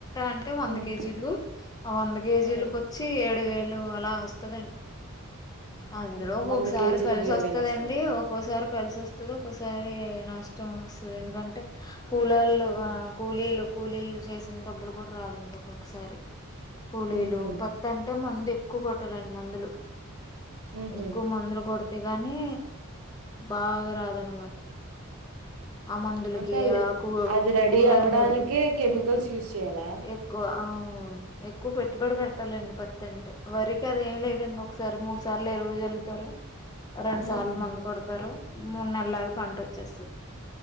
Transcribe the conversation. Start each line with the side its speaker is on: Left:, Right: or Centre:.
Left: అంటే వంద
Right: హ్మ్.
Left: కేజీలు వంద కేజీలుకు
Right: హ్మ్.
Left: వచ్చి ఏడు వేలు అలా వస్ తది అందులో
Right: హ్మ్.
Left: ఒక్కొక్కసారి
Right: కేజీలకి
Left: కలిసి వస్తదండి
Right: వస్తది.
Left: ఒక్కొసారి కలిసి వస్తది ఒక్కసారి నష్టం వస్తది ఎందుకంటే కులాలువ
Right: హ్మ్.
Left: కూలీలు కూలీలు చేసిన డబ్బులు కూడా రావండి ఒక్కొక్కసారి కూలీలు
Right: హుహు.
Left: పత్తి అంటే మందు ఎక్కువ కొట్టాలండి మందులు
Right: హుహు.
Left: ఎక్కువ మందులు కొడితే గాని బాగా రాదనమాట ఆ మందులకి
Right: అంటే అది
Left: ఆ కూ
Right: అది రెడీ
Left: కుళ్ళోలు
Right: అవ్వడానికే కెమికల్స్ యూజ్ చేయాలా?
Left: ఎక్కువ ఎక్కువ పెట్టుబడి పెట్ పట్టాలండి పత్తింటి వరకి అద ఏమి లేదండి ఒకసారి మూడు సార్లు ఎరువు చల్లుతారు రెండు
Right: హుహు.
Left: సార్లు ముందు కొడతారు మూడు నెల్లు ఆగి
Right: హ్మ్.
Left: పంట వచ్చేస్తుంది